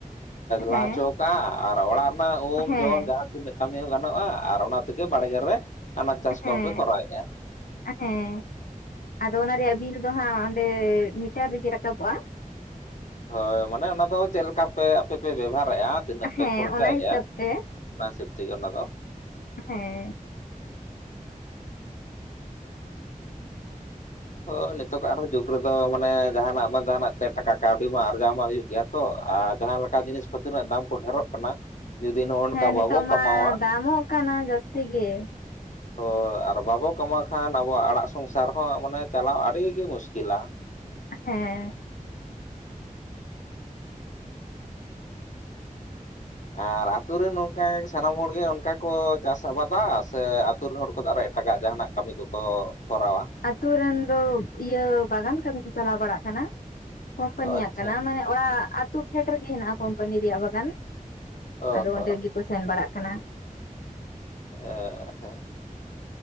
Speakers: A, on the left; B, on the left.
A: ᱦᱮᱸ
B: ᱞᱟ ᱦᱚᱪᱚ ᱟᱠᱟᱜᱼᱟ ᱟᱨ ᱚᱲᱟᱜ ᱩᱢ
A: ᱦᱮᱸ
B: ᱡᱚᱢ ᱡᱟᱦᱟᱸ ᱛᱤᱱᱟᱹᱜ ᱠᱟᱹᱢᱤ ᱦᱚᱸ ᱜᱟᱱᱚᱜᱼᱟ ᱟᱨ ᱚᱱᱟ ᱛᱮᱜᱮ ᱵᱟᱲᱜᱮ ᱨᱮ ᱟᱱᱟᱡ ᱪᱟᱥ
A: ᱦᱮᱸ
B: ᱠᱚᱦᱚᱸ ᱯᱮ ᱠᱚᱨᱟᱣ ᱮᱜᱼᱟ
A: ᱦᱮᱸ ᱟᱫᱚ ᱚᱱᱟ ᱨᱮᱭᱟᱜ ᱵᱤᱞ ᱫᱚ ᱦᱟᱸᱜ ᱚᱸᱰᱮ ᱢᱤᱴᱟᱨ ᱨᱮᱜᱮ ᱨᱟᱠᱟᱵ ᱚᱜᱼᱟ
B: ᱦᱳᱭ ᱢᱟᱱᱮ ᱚᱱᱟ ᱫᱚ ᱪᱮᱫ ᱞᱮᱠᱟ ᱯᱮ ᱟᱯᱮ ᱯᱮ ᱵᱮᱵᱷᱟᱨ ᱮᱜᱼᱟ ᱛᱤᱱᱟᱹᱜ ᱯᱮ
A: ᱦᱮᱸ
B: ᱠᱷᱚᱨᱪᱟᱭᱮᱜᱼᱟ
A: ᱚᱱᱟ ᱦᱤᱥᱟᱹᱵ ᱛᱮ
B: ᱚᱱᱟ ᱦᱤᱥᱟᱹᱵᱽ ᱛᱮᱜᱮ ᱚᱱᱟᱫᱚ
A: ᱦᱮᱸ
B: ᱦᱳᱭ ᱱᱤᱛᱚᱜ ᱟᱜ ᱟᱨᱦᱚᱸ ᱡᱩᱜᱽ ᱨᱮᱫᱚ ᱢᱟᱱᱮ ᱡᱟᱦᱟᱸᱱᱟᱜ ᱵᱟᱝ ᱡᱟᱦᱟᱸᱱᱟᱜ ᱛᱮ ᱴᱟᱠᱟ ᱠᱟᱹᱣᱰᱤ ᱢᱟ ᱟᱨᱡᱟᱣ ᱢᱟ ᱦᱩᱭᱩᱜ ᱜᱮᱭᱟ ᱛᱚ ᱟᱨ ᱡᱟᱦᱟᱸ ᱞᱮᱠᱟ ᱡᱤᱱᱤᱥ ᱯᱟᱹᱛᱤ ᱨᱮᱱᱟᱜ ᱫᱟᱢ ᱠᱚ ᱰᱷᱮᱨᱚᱜ ᱠᱟᱱᱟ ᱡᱩᱫᱤ ᱱᱚᱜᱼᱚ ᱱᱚᱝᱠᱟ
A: ᱦᱮᱸ ᱱᱤᱛᱚᱜ
B: ᱵᱟᱵᱚ
A: ᱢᱟ
B: ᱠᱟᱢᱟᱣᱟ
A: ᱫᱟᱢᱚᱜ ᱠᱟᱱᱟ ᱡᱟᱹᱥᱛᱤ ᱜᱮ
B: ᱦᱳᱭ ᱟᱨ ᱵᱟᱵᱚ ᱠᱟᱢᱟᱣ ᱠᱷᱟᱱ ᱟᱵᱚᱣᱟᱜ ᱟᱲᱟᱜ ᱥᱚᱝᱥᱟᱨ ᱦᱚᱸ ᱢᱟᱱᱮ ᱪᱟᱞᱟᱣ ᱟᱹᱰᱤ ᱜᱮ ᱢᱩᱥᱠᱤᱞ ᱟ
A: ᱦᱮᱸ
B: ᱟᱨ ᱟ‌ᱛᱩ ᱨᱮᱱ ᱱᱚᱝᱠᱟ ᱥᱟᱱᱟᱢ ᱦᱚᱲ ᱜᱮ ᱚᱱᱠᱟ ᱠᱚ ᱪᱟᱥ ᱟᱵᱟᱫᱟ ᱥᱮ ᱟ. ᱛᱩ ᱨᱮᱱ ᱦᱚᱲ ᱠᱚᱫᱚ ᱟᱨᱚ ᱮᱴᱟᱜᱟᱜ ᱡᱟᱦᱟᱸᱱᱟᱜ ᱠᱟᱹᱢᱤ ᱠᱚᱠᱚ ᱠᱚᱨᱟᱣ ᱟ
A: ᱟᱛᱩ ᱨᱮᱱ ᱫᱚ ᱤᱭᱟᱹ ᱵᱟᱜᱟᱱ ᱠᱟᱹᱢᱤ ᱠᱚ ᱪᱟᱞᱟᱣ ᱵᱟᱲᱟᱜ ᱠᱟᱱᱟ ᱠᱳᱢᱯᱟᱱᱤᱭᱟᱜ
B: ᱚ ᱟᱪᱪᱷᱟ
A: ᱠᱟᱱᱟ ᱢᱟᱱᱮ ᱚᱲᱟᱜ ᱟᱹᱛᱩ ᱯᱷᱮᱰ ᱨᱮᱜᱮ ᱦᱮᱸᱱᱟᱜᱼᱟ ᱠᱳᱢᱯᱟᱱᱤ ᱨᱮᱭᱟᱜ ᱵᱟᱜᱟᱱ
B: ᱚ
A: ᱟᱫᱚ
B: ᱦᱚᱸ
A: ᱚᱸᱰᱮ ᱜᱮᱠᱚ ᱥᱮᱱ ᱵᱟᱲᱟᱜ ᱠᱟᱱᱟ
B: ᱚ <unintelligible>